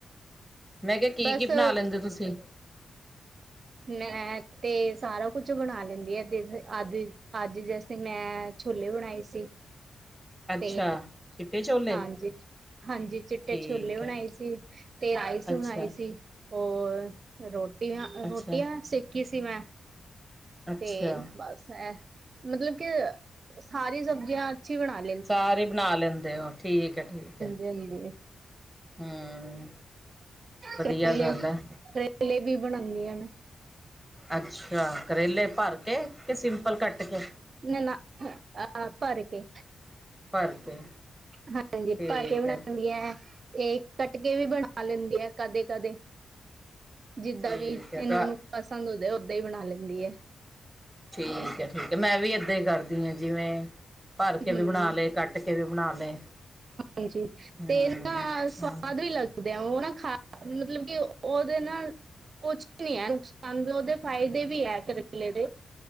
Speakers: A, in the centre; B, on the right (about 50°).
A: ਮੈਂ ਕਿਆ ਕੀ-ਕੀ
B: ਬਸ
A: ਬਨਾ ਲੈਂਦੇ ਓ ਤੁਸੀ?
B: ਮੈਂ ਤੇ ਸਾਰਾ ਕੁਛ ਬਣਾ ਲੈਂਦੀ ਏ ਦੇਵਯ, ਆਦ ਅੱਜ ਜਸਟ ਮੈਂ ਛੋਲੇ ਬਣਾਏ ਸੀ।
A: ਅੱਛਾ
B: ਤੇ
A: ਚਿੱਟੇ ਛੋਲੇ
B: ਹਾਂਜੀ, ਹਾਂਜੀ ਚਿੱਟੇ
A: ਠੀਕ
B: ਛੋਲੇ ਬਣਾਏ
A: ਹੈ
B: ਸੀ ਤੇ ਆਈਸ ਬਣਾਏ
A: ਅੱਛਾ
B: ਸੀ ਹੋਰ, ਰੋਟੀਆਂ,
A: ਅੱਛਾ
B: ਰੋਟੀਆਂ ਸੇਖੀ ਸੀ ਮੈਂ
A: ਅੱਛਾ
B: ਤੇ ਬਸ ਐਹ ਮਤਲਬ ਕਿ ਸਾਰੀ ਸਬਜ਼ੀਆਂ ਅੱਛੀ ਬਣਾ ਲੀ
A: ਸਾਰੀ ਬਣਾ ਲੈਂਦੇ ਹੋ ਠੀਕ ਹੈ ਠੀਕ ਹੈ
B: ਸਹੀ ਹੈ
A: ਹਮ ਵਧੀਆ
B: ਪੇਪਲੇ,
A: ਗੱਲ ਹੈ
B: ਪੇਪਲੇ ਵੀ ਬਣਾਉਦੀ ਆ ਮੈਂ
A: ਅੱਛਾ, ਕਰੇਲੇ ਭਰ ਕੇ ਕੀ ਸਿੰਪਲ ਕੱਟ ਕੇ
B: ਨੀ ਨਾ ਅ ਹਾਂ ਭਰ ਕੇ
A: ਭਰ ਕੇ
B: ਹਾਂਜੀ
A: ਠੀਕ
B: ਭਰ ਕੇ ਬਣਾਉਦੀ
A: ਹੈ
B: ਐ ਤੇ ਕੱਟ ਕੇ ਵੀ ਬਣਾ ਲੈਂਦੀ ਐ ਕਦੇ -ਕਦੇ ਜਿੱਦਾਂ
A: ਠੀਕ
B: ਵੀ ਇਹਨੂੰ
A: ਹੈ ਤਾਂ
B: ਉਹਨੂੰ ਪਸੰਦ ਹੋ ਜਾਏ ਓਦਾਂ ਹੀ ਬਣਾ ਲੈਂਦੀ ਹੈ
A: ਠੀਕ ਹੈ ਠੀਕ ਹੈ ਮੈਂ ਵੀ ਐਦਾਂ ਹੀ ਕਰਦੀ ਹਾਂ ਜਿਵੇਂ ਭਰ ਕੇ
B: ਹਮ
A: ਵੀ ਬਣਾ ਲਏ, ਕੱਟ ਕੇ ਵੀ ਬਣਾ ਲਏ
B: ਹਾਂਜੀ
A: ਹਮ
B: ਤੇ ਨਾ ਸਵਾਦ
A: ਹਾਂਜੀ
B: ਵੀ ਲਗ ਦੇ ਉਹ ਨਾ ਖਾ ਮਤਲਬ ਕਿ ਉਹਦੇ ਨਾ ਕੁਛ ਨੀ ਹੈ ਨੁਕਸਾਨ ਉਹਦੇ ਫਾਇਦੇ ਵੀ ਹੈ ਕਰੇਲੇ ਦੇ